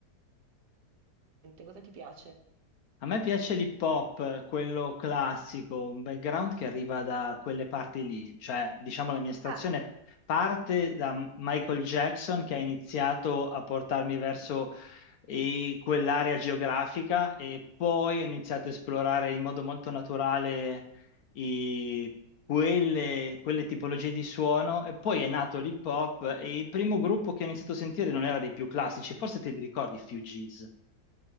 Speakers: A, on the right; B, on the left.
A: cosa ti piace?
B: A me piace l'hip hop, quello classico, un background che arriva da quelle parti lì, cioè diciamo la mia stazione
A: Ah,
B: parte da Michael Jackson che ha iniziato a portarmi verso eh, quell'area geografica e poi ho iniziato a esplorare in modo molto naturale i- quelle, quelle tipologie di suono e poi è nato l'hip hop e il primo gruppo che ho iniziato a sentire non era dei più classici, forse te li ricordi, Fugees.